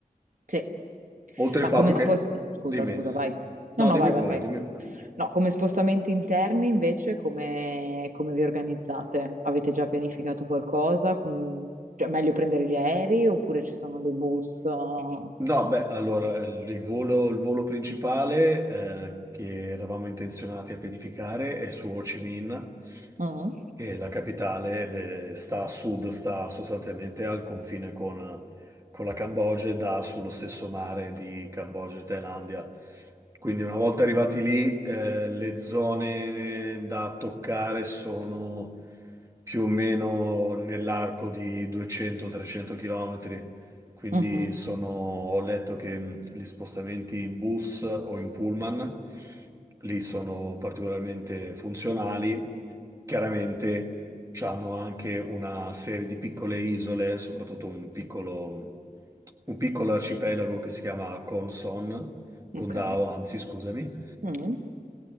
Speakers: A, on the right; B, on the right.
A: Sì,
B: Oltre
A: ma
B: il fatto
A: come spostamenti...
B: che...
A: Scusa,
B: Dimmi.
A: scusa, vai.
B: No,
A: No, no,
B: dimmi
A: vai, vai,
B: pure,
A: vai.
B: dimmi.
A: No, come spostamenti interni invece, come, come vi organizzate? Avete già pianificato qualcosa? Com- Cioè, è meglio prendere gli aerei oppure ci sono dei bus? uh?
B: No, beh, allora il volo, il volo principale eh, che eravamo intenzionati a pianificare è su Ho Chi Minh
A: Mm.
B: che è la capitale, de- sta a sud, sta sostanzialmente al confine con, con la Cambogia e dà sullo stesso mare di Cambogia e Thailandia. Quindi una volta arrivati lì, eh, le zone da toccare sono più o meno nell'arco di 200-300 km. Quindi
A: Mhm.
B: sono, ho letto che mh, gli spostamenti in bus o in pullman lì sono particolarmente funzionali Chiaramente c'hanno anche una serie di piccole isole, soprattutto un piccolo, un piccolo arcipelago che si chiama Conson, Condao,
A: Ok.
B: anzi, scusami,
A: Mm.